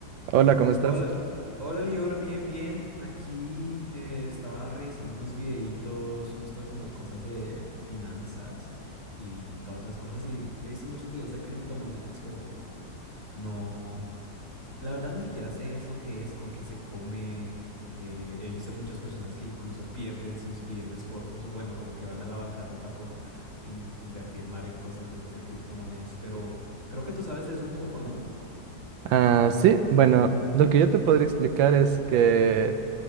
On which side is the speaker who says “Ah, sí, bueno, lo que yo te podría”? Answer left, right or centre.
Right